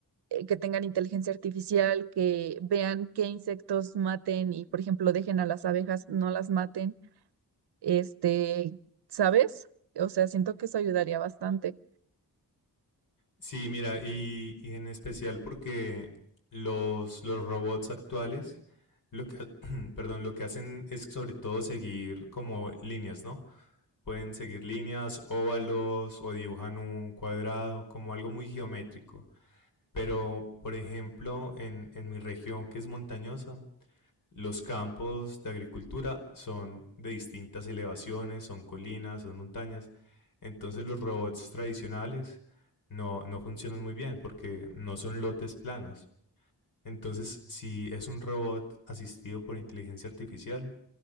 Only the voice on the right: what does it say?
eh, que tengan inteligencia artificial, que vean qué insectos maten y por ejemplo dejen a las abejas, no las maten, este, ¿sabes? O sea, siento que eso ayudaría bastante.